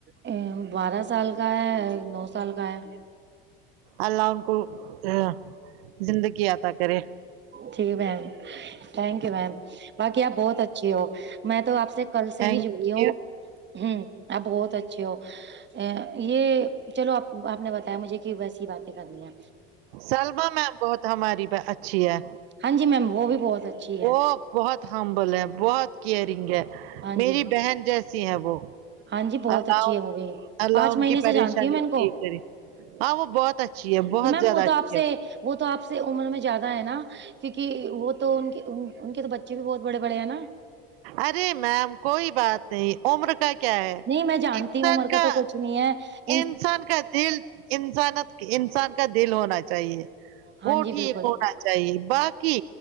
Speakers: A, on the right; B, on the right.
A: ا بارہ سال کا ہے نو سال کا ہے
B: اللہ ان کو ا زندگی عطا کرے
A: جی میم ٹھنکیو میم باقی آپ بہت اچھی ہو میں تو آپ سے کل سے
B: تھینک
A: ہی جڑی ہوں
B: یو
A: ہمم آپ بہت اچھے ہو ا یہ چلو آپ نے بتایا مجھے کہ ویسی باتیں کرنی ہے
B: سلما میم بہت ہماری اچھی ہے
A: ہاں جی میم وہ بھی بہت اچھی ہے
B: وہ بہت ہمبلے ہے بہت کیئرنگ ہے
A: ہاں
B: میری
A: جی
B: بہن ج یسی ہے وہ
A: ہاں جی بہت
B: اللہ
A: اچھی ہے وہ بھی
B: اللہ
A: پانچ
B: ان
A: مہینے
B: کی
A: سے
B: پریشانی
A: جانتی ہوں میں ان کو
B: ٹھک کرے ہاں وہ بہت اچھی ہے بہت
A: تو میم
B: زیادہ
A: وہ تو
B: اچھی
A: آپ سے
B: ہے
A: وہ تو آپ سے عمر میں زیادہ ہے نا کیونکی وہ تو ان ان کے تو بچ چےبھی بہت بڑے بڑے ہے نہ
B: ارے میم کوئی بات نہیں عمر کا کیا ہے
A: نہیں میں جانتی
B: انسان
A: ہوں عمر
B: کا
A: <unintelligible>
B: انسان کا دل انسانت انسان کا دل ہونا چاہیے
A: ہاں
B: وہ
A: جی
B: ٹھیک
A: بالکل
B: ہونا چاہیے باقی